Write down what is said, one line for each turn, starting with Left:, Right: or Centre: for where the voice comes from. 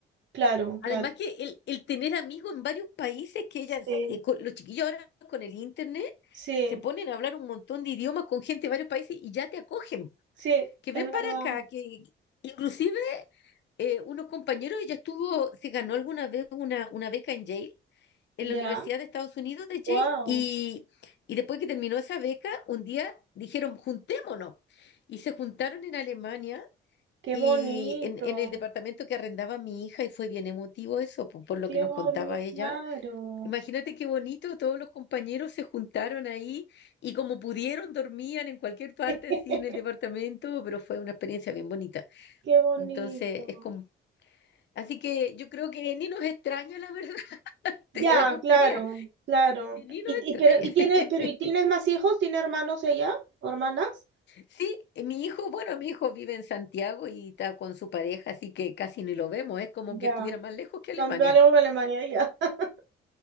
Right: Claro,
Left: Además
Right: claro.
Left: que el, el tener amigos en varios países que ellas,
Right: Sí,
Left: eh, con- los chiquillos ahora con el internet,
Right: sí,
Left: se ponen a hablar un montón de idiomas con gente de varios países y ya te acogen,
Right: sí,
Left: que ven
Right: es verdad.
Left: para acá, que inclusive eh, unos compañeros, ella estuvo, se ganó alguna vez una, una beca en Yale, en
Right: Ya,
Left: la Universidad de Estados Unidos de Yale,
Right: wow,
Left: y, y después que terminó esa beca, un día dijeron, juntémonos, y se juntaron en Alemania
Right: qué
Left: y
Right: bonito,
Left: en, en el departamento que arrendaba mi hija, y fue bien emotivo eso, po- por, lo
Right: qué
Left: que nos
Right: bonito,
Left: contaba ella.
Right: claro,
Left: Imagínate qué bonito, todos los compañeros se juntaron ahí y como pudieron dormían en cualquier parte
Right: <laughs>
Left: así en el departamento, pero fue una experiencia bien bonita.
Right: qué bonito.
Left: Entonces, es como... Así que yo creo que ni nos extraña, la verdad, <laughs>
Right: Ya,
Left: te apostaría,
Right: claro, claro.
Left: que ni nos
Right: Y,
Left: extraña.
Right: y- pero y tiene,
Left: <laughs>
Right: pero ¿y tienes más hijos? ¿Tiene hermanos ella? ¿O hermanas?
Left: Sí, mi hijo, bueno, mi hijo vive en Santiago y está con su pareja, así que casi ni lo vemos, es como
Right: Ya.
Left: que estuviera más lejos que Alemania.
Right: También hablemos de Alemania, ya. <laughs>